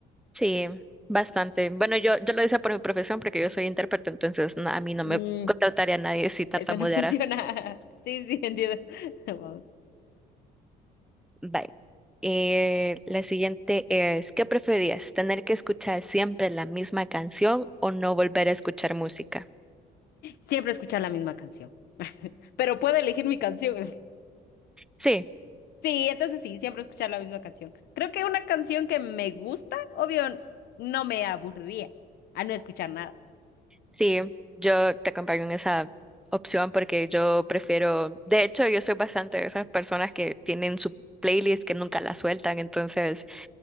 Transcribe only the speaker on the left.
Mm,
eso no <laughs> funciona. Sí, sí, entiendo. <laughs> Vamos.
Siempre escuchar la misma canción. Pero puedo elegir mi canción. <laughs>
Sí, entonces sí, siempre escuchar la misma canción. Creo que una canción que me gusta, obvio, no me aburriría a no escuchar nada.